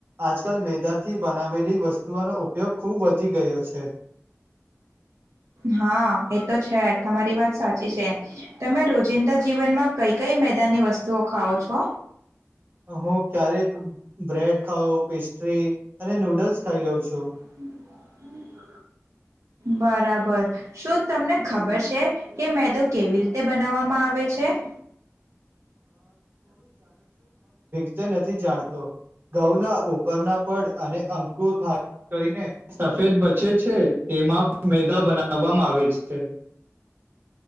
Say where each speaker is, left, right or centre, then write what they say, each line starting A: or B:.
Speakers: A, on the right; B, on the right.
A: આજકલ મેદાથી બનાવેલી વસ્તુઓનો ઉપયોગ ખૂબ વધી ગયો છે
B: હા એ તો છે તમારી વાત સાચી છે તમે રોજિંદા જીવનમાં કઈ કઈ મેદાનની વસ્તુઓ ખાઓ છો
A: હું ક્યારેક બ્રેડ ખાઉ પેસ્ટ્રી અને નૂડલ્સ ખાઈ લેઉ છું
B: <unintelligible>
A: <inaudible>
B: બરાબર શું તમને ખબર છે કે મેદો કેવી રીતે બનાવવામાં આવે છે <inaudible>
A: તે નથી જાણતો ઘઉના ઉપરના પડ અને અંકુર ભાગ કરીને સફેદ બચે છે તેમાં મેદા બનાવવામાં આવે છે